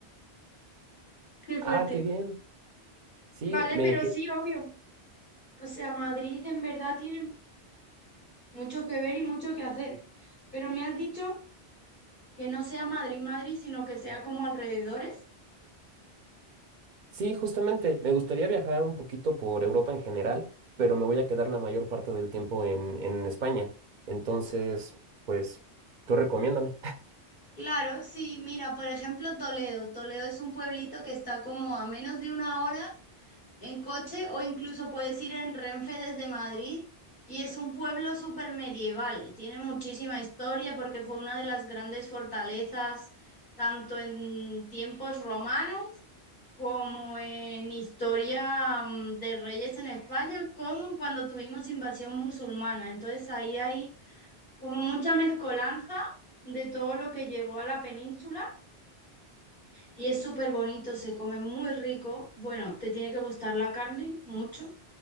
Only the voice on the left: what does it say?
qué fuerte.
Vale,
pero
sí, obvio. O sea, Madrid en verdad tiene mucho que ver y mucho que hacer. Pero me has dicho que no sea Madrid, Madrid, sino que sea como alrededores.
Claro, sí, mira, por ejemplo, Toledo. Toledo es un pueblito que está como a menos de una hora en coche o incluso puedes ir en Renfe desde Madrid y es un pueblo súper medieval, tiene muchísima historia porque fue una de las grandes fortalezas tanto en tiempos romanos como en historia mm, de reyes en España, como cuando tuvimos invasión musulmana. Entonces ahí hay como mucha mezcolanza de todo lo que llegó a la península y es súper bonito, se come muy rico. Bueno, te tiene que gustar la carne mucho